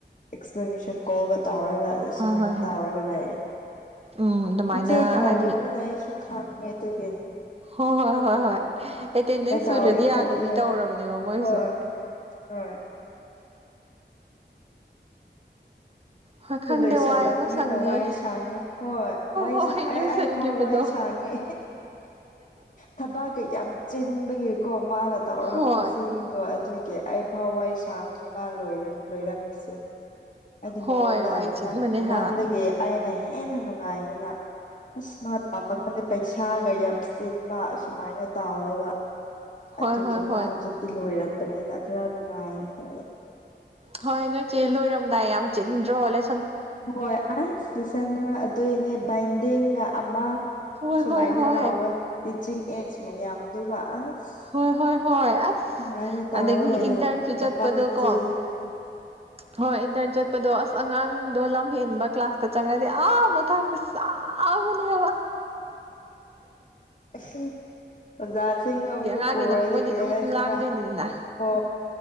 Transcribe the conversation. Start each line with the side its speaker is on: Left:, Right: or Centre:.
Left: ꯑꯦꯛꯁꯄ꯭ꯂꯦꯅꯦꯁꯟ ꯀꯣꯜꯒ ꯇꯧꯔꯒ ꯑꯗ
Right: ꯍꯣꯏ
Left: ꯁꯨꯃꯥꯏꯅ
Right: ꯍꯣꯏ ꯍꯣꯏ
Left: ꯇꯥꯎꯔꯒ ꯂꯩꯥꯛꯌꯦꯦ
Right: ꯎꯝ ꯑꯗꯨꯃꯥꯏꯅ
Left: ꯏꯆꯦ ꯇꯥꯎꯕꯅꯤꯅ
Right: ꯍꯥꯏꯗꯤ
Left: ꯑꯩꯁꯨ ꯈꯥꯡꯉꯦ ꯍ ꯇꯒ
Right: ꯍꯣꯏ ꯍꯣꯏ ꯍꯣꯏ ꯍꯣꯏ ꯑꯦꯇꯦꯟꯗꯦꯟꯁ ꯁꯨꯗ꯭ꯔꯗꯤ
Left: ꯇꯧꯋꯦ
Right: ꯌꯥꯗꯕꯤ
Left: ꯈꯣꯠꯂꯦ
Right: ꯇꯧꯔꯕꯅꯦꯕ ꯃꯣꯏꯁꯨ
Left: ꯍꯣꯏ ꯍꯣꯏ
Right: ꯍꯣꯏ
Left: ꯑꯗꯨ
Right: ꯈꯪꯗꯦ
Left: ꯂꯣꯏꯁꯜꯂꯕꯅꯤꯅ
Right: ꯋꯥꯏꯕ ꯁꯪꯉꯦ
Left: ꯋꯥꯏ ꯁꯥꯡꯉꯦ ꯍꯣꯏ ꯋꯥꯏ
Right: ꯍꯣꯏ
Left: ꯑꯩ
Right: ꯂꯣꯏꯁꯤꯟꯈꯤꯕꯗꯣ
Left: ꯑꯩ ꯐꯥꯎ ꯋꯥꯏ ꯁꯥꯡꯉꯦ ꯊꯕꯥꯛꯀ ꯌꯥꯝ ꯆꯤꯟꯕꯒꯤꯀꯣ ꯃꯥꯅ ꯇꯧꯔꯛꯄꯁꯤꯡꯗꯣ
Right: ꯍꯣꯏ
Left: ꯑꯗꯨꯒꯤ ꯑꯣꯀꯦ ꯑꯩ ꯐꯥꯎꯋꯥ ꯁꯥꯡꯉꯦ ꯃꯥ ꯂꯣꯏꯔꯛꯄꯁꯦ ꯍꯥꯏꯗꯤ
Right: ꯍꯣꯏ
Left: ꯃꯉꯣꯟꯗ
Right: ꯋꯥꯏ
Left: ꯍꯥꯏꯕ
Right: ꯆꯤꯟꯕꯅꯦ ꯍꯥꯏꯕ
Left: ꯅꯪꯗꯒꯤ ꯑꯩꯅ ꯍꯦꯟꯅ ꯅꯨꯡꯉꯥꯏꯅ ꯑꯁ ꯃꯥ ꯇꯥꯝꯃꯒꯗꯤ ꯄꯩꯁꯥ ꯏꯁꯥꯒ ꯌꯥꯝ ꯆꯤꯟꯕ ꯑꯁꯨꯃꯥꯏꯅ ꯇꯥꯎꯋꯦꯕ
Right: ꯍꯣꯏ
Left: ꯑꯗꯨꯒꯤ
Right: ꯍꯣꯏ ꯍꯣꯏ
Left: ꯃꯥ ꯍꯧꯖꯤꯛ ꯤ ꯂꯣꯏꯔꯛꯄꯅꯤꯅ ꯈꯔ ꯅꯨꯡꯉꯥꯏꯈ꯭ꯔ
Right: ꯍꯣꯏ ꯅꯣꯏ ꯆꯦ ꯂꯣꯏꯔꯝꯗꯥꯏ ꯌꯥꯝ ꯆꯤꯟꯗ꯭ꯔꯣꯜꯂꯦꯟ
Left: ꯍꯣꯏ ꯑꯁ ꯂꯁ ꯑꯗꯨꯏꯅꯦ ꯕꯥꯏꯟꯗꯤꯡꯒ ꯑꯃ
Right: ꯍꯣꯏ
Left: ꯁꯨꯃꯥꯏꯅ
Right: ꯍꯣꯏ ꯍꯣꯏ
Left: ꯇꯥꯎꯋꯦ ꯇꯤꯆꯤꯡ ꯑꯦꯖ ꯃꯌꯥꯝꯗꯨ ꯑꯁ
Right: ꯍꯣꯏ ꯍꯣꯏ ꯍꯣꯏ ꯑꯁ
Left: ꯁꯨꯃꯥꯏꯅ ꯇꯧꯔꯒ
Right: ꯑꯗꯒꯤ ꯏꯟꯇꯔꯁꯨ
Left: ꯌꯥꯝ ꯊꯕꯥꯛꯀ
Right: ꯆꯠꯄꯗꯣ ꯀꯣ
Left: ꯆꯤꯜꯂꯦ
Right: ꯍꯣꯏ ꯏꯟꯇꯔꯟ ꯆꯠꯄꯗꯣ ꯑꯁ ꯑꯉꯥꯡꯗꯣ ꯂꯝ ꯍꯦꯟꯕ ꯀ꯭ꯂꯥꯁ ꯇ ꯆꯪꯉꯥꯏꯗꯤ ꯑ ꯃꯊꯪ ꯈꯨ ꯁꯥꯕꯅꯦ ꯍꯥꯏꯕ
Left: ꯑꯁ ꯑꯣꯖꯥꯁꯤꯡꯅ
Right: ꯍꯥꯏꯗꯤ
Left: ꯑꯃꯨꯛ
Right: ꯑꯉꯥꯡꯅꯤꯅ
Left: ꯎꯔꯗꯤ
Right: ꯃꯣꯏꯗꯤ
Left: ꯀ꯭ꯔꯦ
Right: ꯑꯗꯨꯝ
Left: ꯍꯥꯏꯁꯤꯔꯥ
Right: ꯂꯥꯡꯗꯣꯏꯅꯤꯗꯅ
Left: ꯍꯣꯏ